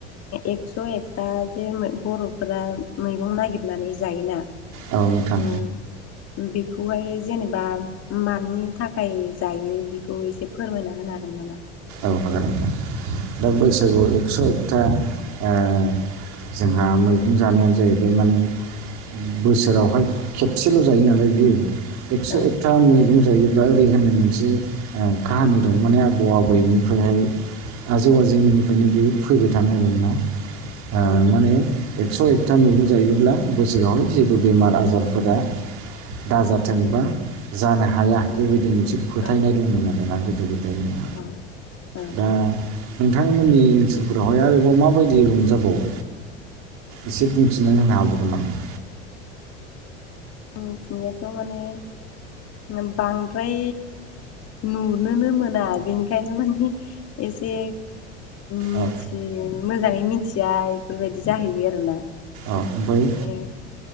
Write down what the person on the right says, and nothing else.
औ नोंथां
औ हागोन नोंथां दा बैसागुआव एक्स' एकथा ओ जोंहा मै गं जानायानो जाहैबाय माने बोसोरावहाय खेबसेल' जायो नालाय बियो एक्स'
एकथा मैगं जायोब्ला ओरै होननाय मोनसे काहानि दं माने आबौ आ बयनिफ्रायहाय आजै आजैमोननिफ्रायनो बे फैबाय थानायानो आरोना ओ
माने एक्स' एकथा मैगं जायोब्ला बोसोरावहाय जेबो बेमार आजारफोरा दाजाथों
बा जानो हाया
बेबायदि मोनसे फोथायनाय
दंमोन आरोना गोदो गोदायनि <unintelligible>
दा नोंथांमोननि ओनसोलफोरावहाय आरोबाव माबायदि रंजाबावो एसे बुंथिनानै होनो हाबावगोन नामा
औ
औ ओमफ्राय